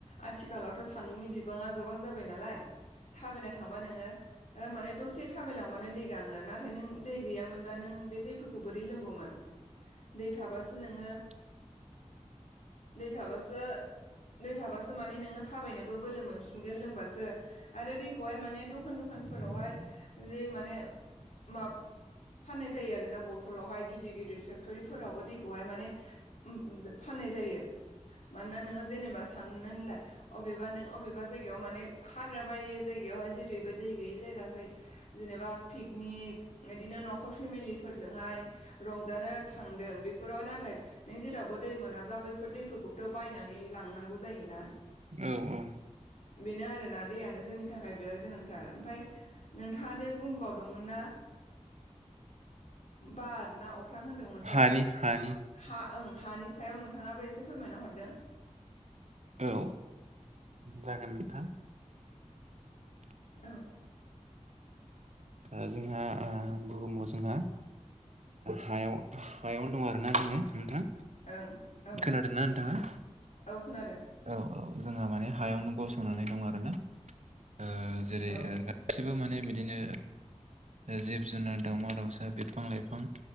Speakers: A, on the left (about 70°); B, on the right (about 65°).
A: आथिखालावथ' सानदुंनि बिबाङा गोबां जाबाय नालाय थाबायना थांबा नोङो माने दसे थाबायलांबानो दै गाङो नाथाय नों दै गैयामोनब्ला नों बे दैफोरखौ बोरै लोंगौमोन दै थाबासो नोंङो
B: औ
A: दै थाबासो दै थाबासो माने नोंङो थाबायनोबो बोलो मोनफिनगोन लोंबासो आरो दैखौहाय माने दखान दखान फोरावहाय जि माने मा फाननाय जायो आरो ना बथलावहाय गिदिर गिदिर फेक्ट'रिफोरावबो दै खौहाय माने उम बो फाननाय जायो मानोना नोंङो जेनेबा साननानैलाय अबेबा नों अबेबा जायगायाव माने हाग्राबारि जायगा बेयावहाय जेरैबो दै गैयै जायगाखै जेनेबा पिकनिक इदिनो न'खर फेमिलिफोरजों जोंहाय रंजानो थांदों बेफोराव नाथाय नों जेरावबो दै मोनाब्ला बैफोर दैफोरखौबोथ' बायनानै लांनांगौ जायोना
B: औ औ
A: बेनो आरोना दैयानो जोंनि थाखाय बिराद गोनांथार ओमफ्राय नोंथांङा दे बुंबावदोंमोन ना
B: औ
A: बार ना अख अख्रां होनदोंमोनथाय
B: हानि हानि
A: हा ओं हानि सायाव नोंथांङाबो एसे फोरमायना हरदों
B: औ जागोन नोंथां
A: औ
B: औ जोंहा ओ बुहुमाव जोंहा हायाव हायावनो दं आरोना जोंङो नोंथां
A: ओं औ
B: खोनादोंना नोंथाङा
A: औ खोनादों
B: औ औ जोंहा माने हायावनो गसंनानै दं आरोना ओ जेरै
A: औ
B: ओ गासिबो माने बिदिनो जिब जुनार दावमा दाउसा बिफां लाइफां